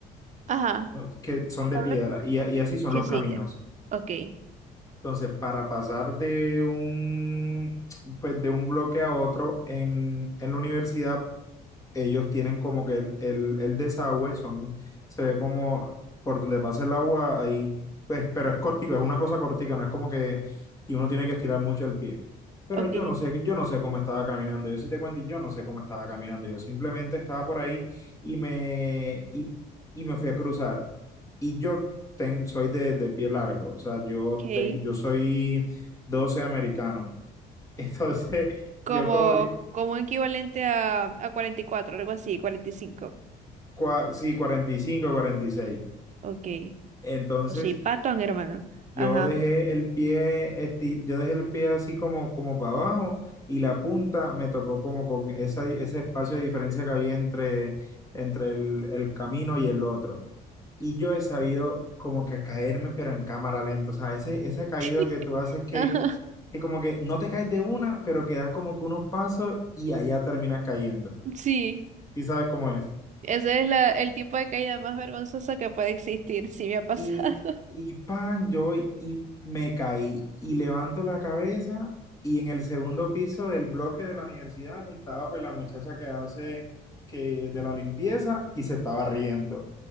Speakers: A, on the right (about 45°); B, on the left (about 20°).
A: Ajá.
B: ¿no? que son de
A: A
B: piedra,
A: ver.
B: y, a- y así son
A: Sí,
B: los
A: sí,
B: caminos.
A: ya. Ok,
B: Entonces, para pasar de un, pues, de un bloque a otro en, en la universidad, ellos tienen como que el, el, el desagüe, son, se ve como por donde pasa el agua, ahí, pues, pero es cortico, es una cosa cortica, no es como que ti- uno tiene que estirar mucho el pie. Pero
A: ok,
B: yo no sé, yo no sé cómo estaba caminando. Yo sí te cuento, y yo no sé cómo estaba caminando. Yo simplemente estaba por ahí y me, y, y me fui a cruzar. Y yo ten, soy de, de pie largo, o sea, yo,
A: ok.
B: ten, yo soy 12 americano. Entonces, <laughs>
A: Como,
B: yo como que,
A: como equivalente a, a 44, algo así, cuarenta y cinco,
B: cua- sí, 45, cuarenta y seis
A: Ok.
B: Entonces
A: O sí, patón, hermano.
B: yo
A: Ajá.
B: dejé el pie, esti- yo dejé el pie así como, como para abajo y la punta me tocó como con esa, di- ese espacio de diferencia que había entre, entre el, el camino y el otro. Y yo he sabido como que caerme, pero en cámara lenta. O sea, ese, ese caído
A: <laughs>
B: que tú haces que,
A: Ajá.
B: que como que no te caes de una, pero que das como que unos pasos y allá terminas cayendo.
A: Sí,
B: ¿Y sabes cómo es?
A: ese es la, el tipo de caída más vergonzosa que puede existir, sí me ha pasado.
B: Y, y pan, yo voy y me caí y levanto la cabeza y en el segundo piso del bloque de la universidad estaba pues la muchacha que hace que de la limpieza y se estaba riendo.